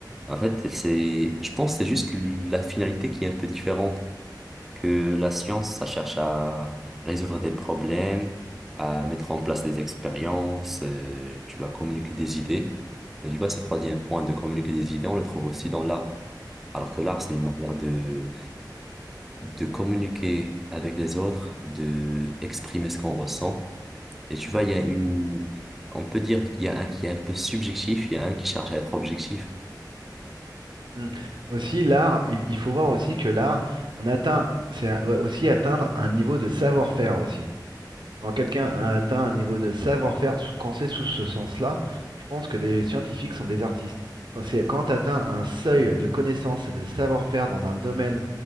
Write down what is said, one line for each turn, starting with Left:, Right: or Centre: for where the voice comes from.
Centre: En fait, c'est, je pense, que c'est juste la finalité qui est un peu différente. que la science, ça cherche à résoudre des problèmes, à mettre en place des expériences, euh, tu vas communiquer des idées. Mais tu vois, ce troisième point de communiquer des idées, on le trouve aussi dans l'art. Alors que l'art, c'est une manière de, de communiquer avec les autres, de exprimer ce qu'on ressent. Et tu vois, il y a une, on peut dire qu'il y a un qui est un peu subjectif, il y a un qui cherche à être objectif.
Right: Mm. Aussi, l'art, il il faut voir aussi que l'art, on atteint, c'est un- ouais, aussi atteindre un niveau de savoir-faire aussi. Quand quelqu'un a atteint un niveau de savoir-faire, sous- quand c'est sous ce sens-là, je pense que des scientifiques sont des artistes. Quand c'est, quand tu atteins un seuil de connaissance et de savoir-faire dans un domaine